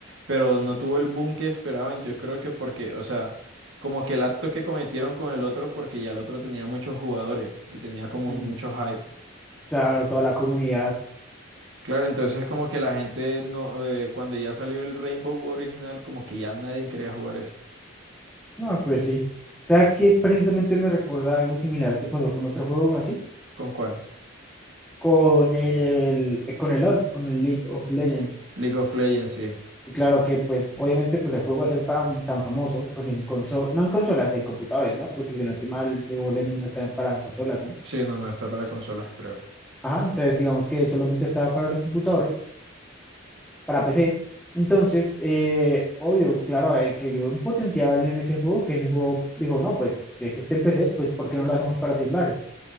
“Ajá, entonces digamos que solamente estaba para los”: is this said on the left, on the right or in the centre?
Centre